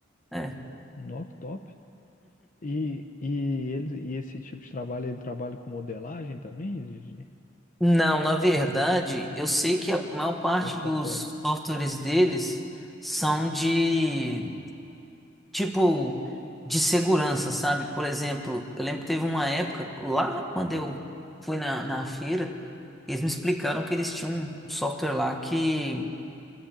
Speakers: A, in the centre; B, on the left.
A: É,
B: Not top. E, e, eles, e esse tipo de trabalho, ele trabalha com modelagem também, Gigi?
A: Não, na verdade, eu sei que a maior parte
B: Ou é só
A: dos
B: código?
A: softwares deles são de tipo de segurança, sabe? Por exemplo, eu lembro que teve uma época lá quando eu fui na, na feira, eles me explicaram que eles tinham um software lá que